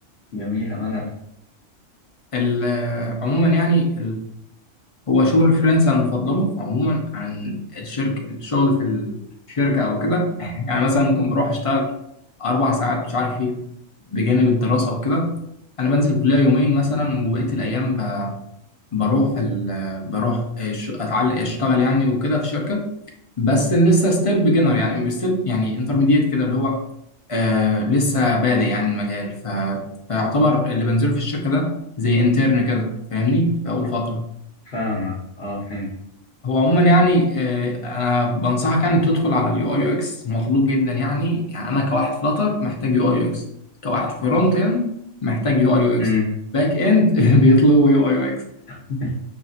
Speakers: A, on the left; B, on the left.
A: جميلة ملا
B: ال- آه، عموما يعني هو شغل فريلانس انا مفضله عموما عن الشركه الشغل في الشركه او كده يعني مثلا ممكن بروح اشتغل اربع ساعات مش عارف ايه بجانب الدراسه وكده انا بنزل الكليه يومين مثلا وبقيه الايام ب- بروح ال... بروح أش- اتعلق اشتغل يعني وكده في الشركه بس لسه ستيل بيجنر يعني ستيل يعني انترميديت كده اللي هو آه لسه بادئ يعني المجال ف... فيعتبر اللي بنزله في الشركه ده زي انترن كده فاهمني في اول فتره
A: فاهمك اه فهمت
B: هو عموما يعني آه، انا بنصحك يعني تدخل على اليو اي يو اكس مطلوب جدا يعني يعني انا كواحد فلاتر محتاج يو اي يو اكس كواحد فرونت اند محتاج يو اي يو اكس
A: امم
B: باك اند <laughs> بيطلبوا يو اي يو اكس
A: <laughs>